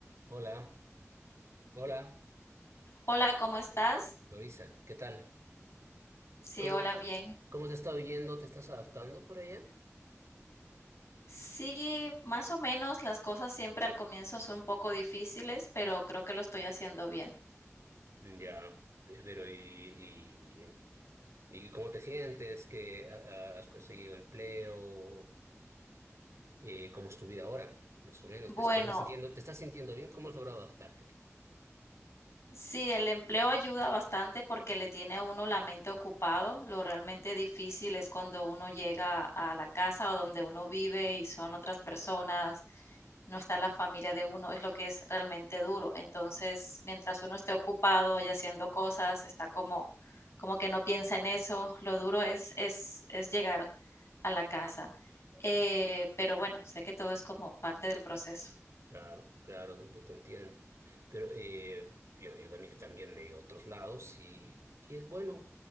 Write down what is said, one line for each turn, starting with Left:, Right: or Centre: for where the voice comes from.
Right: Hola, hola,
Left: Hola, ¿cómo estás?
Right: Lorisa, ¿qué tal?
Left: Sí,
Right: ¿Cómo,
Left: hola, bien.
Right: cómo te está oyendo? ¿Te estás adaptando por allá?
Left: Sí, más o menos las cosas siempre al comienzo son un poco difíciles, pero creo que lo estoy haciendo bien.
Right: Ya, pe- pero ¿y, y, y cómo te sientes? ¿Que has conseguido empleo? Eh, ¿cómo es tu vida ahora? Más o menos,
Left: Bueno,
Right: ¿te, te estás sintiendo, te estás sintiendo bien? ¿Cómo has logrado adaptarte?
Left: sí, el empleo ayuda bastante porque le tiene a uno la mente ocupado. Lo realmente difícil es cuando uno llega a la casa o donde uno vive y son otras personas no está la familia de uno, es lo que es realmente duro. Entonces, mientras uno esté ocupado y haciendo cosas, está como, como que no piensa en eso, lo duro es, es, es llegar a la casa. Eh, pero bueno, sé que todo es como parte del proceso.
Right: Claro, claro, yo te entiendo. Pero eh, yo, yo también, también me he ido a otros lados y, y es bueno,